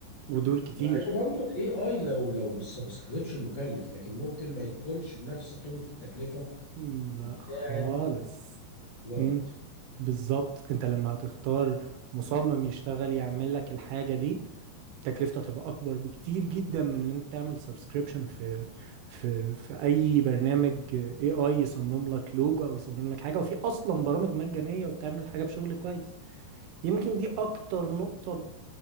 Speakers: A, on the right; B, on the left.
A: ودول كتير
B: مع انه برضه الاي اي لو لو بالسبسكريبشن مكلف لكن ممكن ما يكونش بنفس قيمه التكلفه
A: مم، لا
B: بتاعه
A: خالص
B: الايراد
A: مم، بالظبط انت لما هتختار مصمم يشتغل يعمل لك الحاجه دي تكلفته هتبقى اكبر بكتير جدا من ان انت تعمل سبسكريبشن في في في اي برنامج اي اي يصمم لك لوجو او يصمم لك حاجه وفي اصلا برامج مجانيه وبتعمل الحاجه بشغل كويس يمكن دي اكتر نقطة ب-